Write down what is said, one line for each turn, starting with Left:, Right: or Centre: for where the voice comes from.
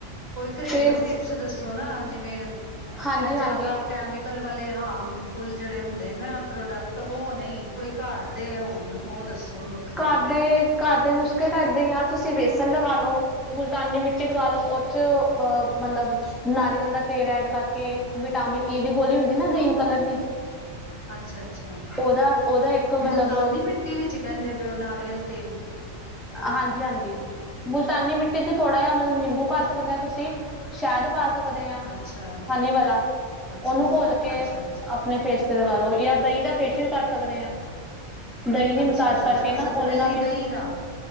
Left: ਕੋਈ ਘਰੇਲੂ
Centre: ਫੇਸ
Left: ਟਿਪਸ ਦੱਸੋ ਨਾ ਜਿਵੇਂ
Centre: ਹਾਂਜੀ
Left: ਇਹ ਜਿਆਦਾ
Centre: ਹਾਂਜੀ
Left: ਕੈਮੀਕਲ ਵਾਲੇ ਹਾਰਮ ਫੁੱਲ ਜਿਹੜੇ ਹੁੰਦੇ ਨਾ ਪ੍ਰੋਡਕਟ ਉਹ ਨਹੀਂ ਕੋਈ ਘਰ ਦੇ ਹੋਣ ਉਹ ਦੱਸੋ ਨੁਕਤੇ
Centre: ਘਰ ਦੇ ਘਰ ਦੇ ਨੁਸਖੇ ਤਾਂ ਏਦਾਂ ਹੀ ਆ ਤੁਸੀਂ ਵੇਸਨ ਲਗਾ ਲਓ ਮੁਲਤਾਨੀ ਮਿੱਟੀ ਲੱਗਾ ਲਓ ਉਹ 'ਚ ਮਤਲਬ ਨਾਰੀਅਲ ਦਾ ਤੇਲ ਐਡ ਕਰਕੇ ਵਿਟਾਮਿਨ ਈ ਦੀ ਗੋਲੀ ਹੁੰਦੀ ਨਾ ਗ੍ਰੀਨ ਕਲਰ ਦੀ
Left: ਅੱਛਾ-ਅੱਛਾ
Centre: ਉਹਦਾ ਉਹਦਾ ਇੱਕ ਮਤਲਬ
Left: ਮੁਲਤਾਨੀ ਮਿੱਟੀ ਵਿੱਚ ਕਹਿੰਦੇ ਪਏ ਓ ਨਾਰੀਅਲ ਤੇਲ
Centre: ਹਾਂਜੀ-ਹਾਂਜੀ ਮੁਲਤਾਨੀ ਮਿੱਟੀ 'ਚ ਥੋੜਾ ਜਿਹਾ ਮਤਲਬ ਨਿੰਬੂ ਪਾ ਸਕਦੇ ਹੋ ਤੁਸੀਂ ਸ਼ਹਿਦ ਪਾ ਸਕ ਸਕਦੇ ਹਾਂ
Left: ਅੱਛਾ
Centre: ਹਨੀ ਵਾਲਾ
Left: ਅੱਛਾ
Centre: ਉਹਨੂੰ ਘੋਲ ਕੇ
Left: ਅੱਛਾ
Centre: ਅਪ
Left: ਅੱਛਾ ਅੱਛਾ
Centre: ਆਪਣੇ ਫੇਸ ਤੇ ਲਗਾ ਲਓ ਯਾ ਦਹੀਂ ਦਾ ਫੇਸ਼ੀਅਲ ਕਰ ਸਕਦੇ ਹਾਂ। ਦਹੀਂ ਦੀ
Left: ਅੱਛਾ-ਅੱਛਾ-ਅੱਛਾ
Centre: ਮਸਾਜ ਕਰਕੇ ਨਾ ਉਹਦੇ
Left: ਤੇ ਕੱਲੀ
Centre: ਨਾਲ ਵੀ
Left: ਦਹੀਂ ਦਾ